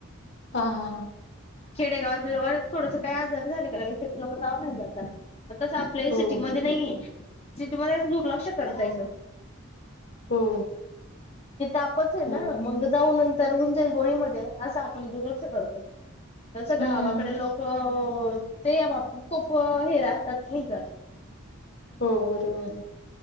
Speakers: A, on the left; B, on the left.
A: हा हा
B: खेडेगावातली लोक आणि थोडसं काही आजारी झालेली का लगेच ते लोक दवाखान्यात जातात तस आपल्याही
A: हो,
B: सिटीमध्ये नाहीये सिटीमध्येध्ये कसं दुर्लक्ष करता एकदम
A: हो.
B: कि तापच आहे
A: खरं
B: ना मग जाऊन नंतर होऊन जाईल गोळी मध्ये अस आपण दुर्लक्ष करतो तसं गावाकडे
A: हं.
B: लोक हो. ते या बाबतीत खूप हे राहतात नाय का
A: हो बरोबर